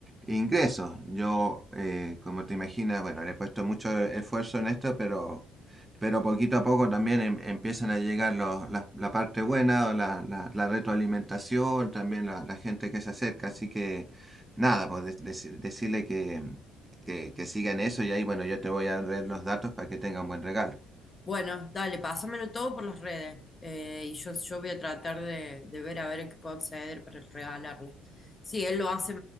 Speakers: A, on the right (about 20°); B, on the left (about 30°).
A: ingresos. Yo, eh, como te imaginas, bueno, le he puesto mucho esfuerzo en esto, pero pero poquito a poco también em- empiezan a llegar los, la, la parte buena, o la, la, la retroalimentación, también la, la gente que se acerca, así que nada, pues de- deci- decirle que, que, que sigan eso y ahí bueno, yo te voy a ver los datos para que tenga un buen regalo.
B: Bueno, dale, pásamelo todo por las redes. eh, y yo, yo voy a tratar de, de ver a ver qué puedo acceder para regalarle. Sí, él lo hace,